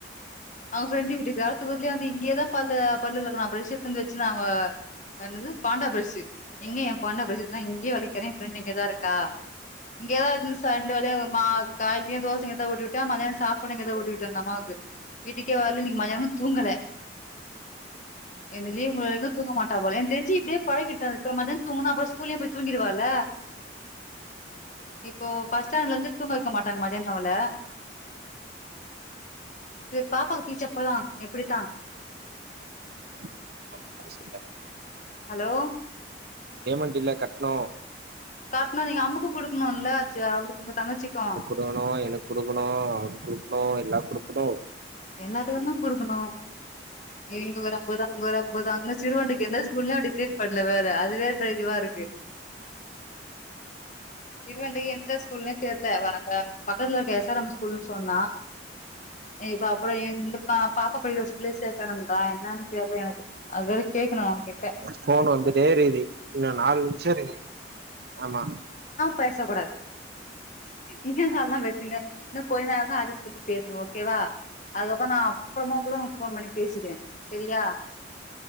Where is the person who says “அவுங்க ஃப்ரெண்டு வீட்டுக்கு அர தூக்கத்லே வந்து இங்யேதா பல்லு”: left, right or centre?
Left